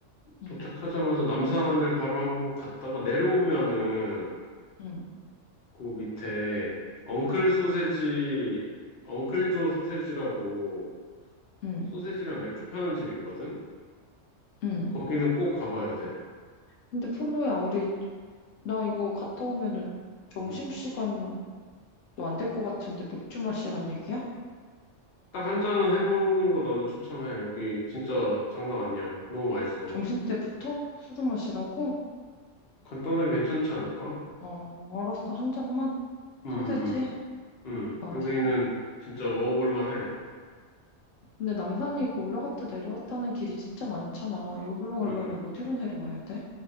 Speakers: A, on the left; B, on the left.
A: 응,
B: 도착하자마자 남산을 바로 한번 갔다가 내려오면은,
A: 응,
B: 그 밑에, 엉클 소세지, 엉클조 소세지라고,
A: 응,
B: 소세지랑 맥주 파는 집 있거든?
A: 응.
B: 거기는 꼭 가봐야 돼.
A: 근데 폴로야, 우리, 나 이거 갔다 오면은 점심시간도
B: 음.
A: 안 될 것 같은데 맥주 마시란 얘기야?
B: 딱 한 잔은 해보는 거 나는 추천해. 여기 진짜 장난 아니야. 너무 맛있어.
A: 점심 때부터 술을 마시라고?
B: 간단하게 괜찮지 않을까?
A: 어, 알았어. 한 잔만?
B: 음,
A: 소세지?
B: 음, 음. 음.
A: 알았어.
B: 여기는 진짜 먹어볼 만해.
A: 근데 남산이 그 올라갔다 내려왔다는 길이 진짜 많잖아. 여기로 가려면
B: 음, 음.
A: 어디로 내려와야 돼?